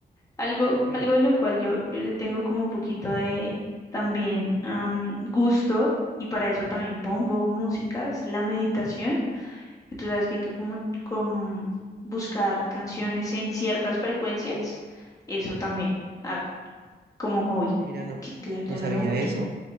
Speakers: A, on the left; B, on the right.
A: Algo,
B: No,
A: algo
B: no,
A: de lo cual yo, yo le tengo como un poquito de también am, gusto, y para eso también pongo música, es la meditación, que tú sabes que hay que como, como buscar canciones en ciertas frecuencias, eso también hago. como hobby,
B: ah, mira, no,
A: que claro,
B: no
A: ya
B: sabía
A: no lo hago mucho.
B: eso.